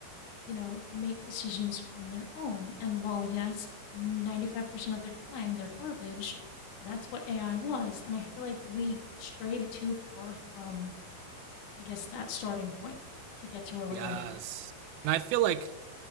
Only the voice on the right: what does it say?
Yes,
and I feel like